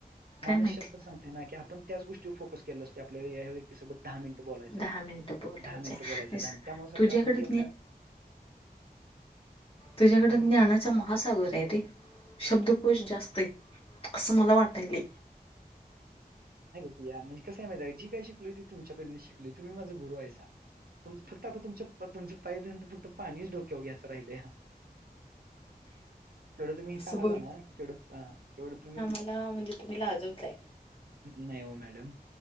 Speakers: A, on the right; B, on the left.
A: मानसशास्त्र
B: काय माहिती
A: सांगते ना की आपण, त्यांच गोष्टीवर फोकस केलंलो असतोय. आपल्या ह्या व्यक्तीसोबत दहा मिनिटं बोलायचाय
B: दहा मिनिटं बोलायचंय
A: दहा मिनट बोलायचय.
B: नाही
A: दहा मिट त्यामुळे सारखं
B: तुझ्याकडे
A: आपण ती आपल्या,
B: तुझ्याकडं
A: काय म्हणलीस
B: ज्ञानाचा महासागर आहे. रे शब्द कोश जास्त आहेत, असं मला वाटायले.
A: या म्हणजे कसं आहे माहितय जे काय शिकलोय ते, तुमच्यांकडन शिकलोय तुम्ही माझं गुरु आहेसा. तुमचं फक्त आता तुमचं पायं धून फक्तं, पाणीच डोक्यावर घ्यायचं राहिलंया हा. तेवढं तुम्ही इथं
B: असं
A: आला ना, की तेवढं तेवढं तुम्ही.
B: मला म्हणजे, तुम्ही लाजवताय.
A: नाही ओ मॅडम.